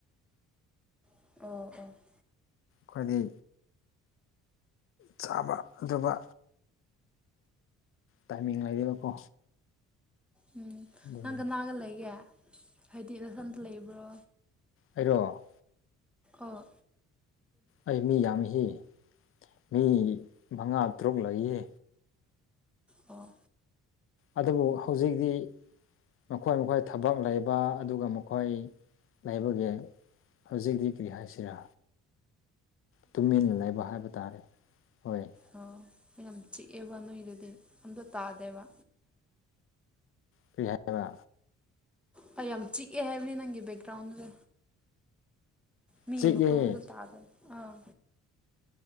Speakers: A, in the centre; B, on the left.
A: ꯑꯣ ꯑꯣ
B: ꯈꯣꯏꯗꯤ ꯆꯥꯕ ꯑꯗꯨꯒ, ꯇꯥꯏꯃꯤꯡ ꯂꯩꯌꯦꯕꯀꯣ꯫
A: ꯎꯝ
B: ꯑꯗꯨꯒꯤꯅꯤ
A: ꯅꯪ ꯀꯅꯥꯒ ꯂꯩꯒꯦ, ꯍꯥꯏꯗꯤ ꯅꯊꯟꯇ ꯂꯩꯕ꯭ꯔꯣ?
B: ꯑꯩꯔꯣ
A: ꯑꯥ
B: ꯑꯩ ꯃꯤ ꯌꯥꯝꯃꯦꯍꯦ ꯃꯤ ꯃꯉꯥ ꯇꯔꯨꯛ ꯂꯩꯌꯦ
A: ꯑꯥ
B: ꯑꯗꯨꯕꯨ ꯍꯧꯖꯤꯛꯗꯤ ꯃꯈꯣꯏ ꯃꯈꯣꯏ ꯊꯕꯛ ꯂꯩꯕ ꯑꯗꯨꯒ ꯃꯈꯣꯏ ꯂꯩꯕꯒꯤ ꯍꯧꯖꯤꯛꯗꯤ ꯀꯔꯤ ꯍꯥꯏꯁꯤꯔꯥ ꯇꯨꯃꯤꯟꯅ ꯂꯩꯕ ꯍꯥꯏꯕ ꯇꯥꯔꯦ ꯍꯣꯏ
A: ꯑꯣ ꯅꯪ ꯌꯥꯝ ꯆꯤꯛꯑꯦꯕ ꯅꯣꯏꯗꯨꯗꯤ ꯑꯝꯇ ꯇꯥꯗꯦꯕ
B: ꯀꯔꯤ ꯍꯥꯏꯕ
A: ꯍꯣꯏ ꯌꯥꯝ ꯆꯤꯛꯑꯦ ꯍꯥꯏꯕꯅꯤ ꯅꯪꯒꯤ ꯕꯦꯛꯒ꯭ꯔꯥꯎꯟꯗꯨ ꯃꯤ
B: ꯆꯤꯛꯏ
A: ꯃꯈꯣꯟ ꯑꯝꯇ ꯇꯥꯗꯦ ꯑꯥ